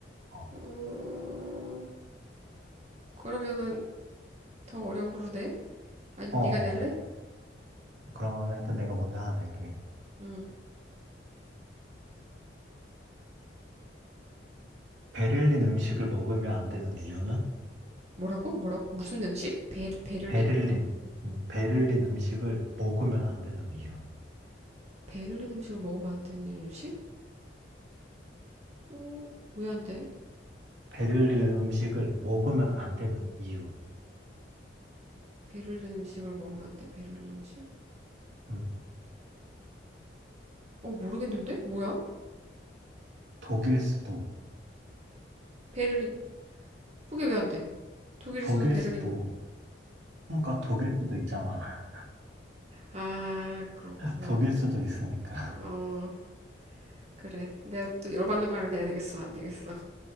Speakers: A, on the right; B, on the right.
A: 어.
B: 어, 그러면은 더 어려운 걸로 내? 아니면
A: 어, 어.
B: 네가 낼래?
A: 그러면 일단 내가 먼저 하나 낼게.
B: 음
A: 베를린 음식을 먹으면 안 되는 이유는?
B: 뭐라고? 뭐라고? 무슨 음식? 베, 베를린?
A: 베를린. 음, 베를린 음식을 먹으면 안 되는 이유.
B: 베를린 음식을 먹으면 안 되는 음식? 어, 왜 안 돼?
A: 베를린
B: 베를린.
A: 음식을 먹으면 안 되는 이유.
B: 베를린 음식을 먹으면 안 돼? 베를린 음식?
A: 음.
B: 어, 모르겠는데? 뭐야?
A: 독일 수도.
B: 베를린. 그게 왜 안 돼? 독일
A: 독일
B: 수도 베를린.
A: 수도. 그러니까 독일 수도 있잖아.
B: 아, 그렇구만.
A: <laughs> 독일 수도 있으니까.
B: 어, 그래. 내가 또 열받는 거 하나 내야 되겠어. 안 되겠어.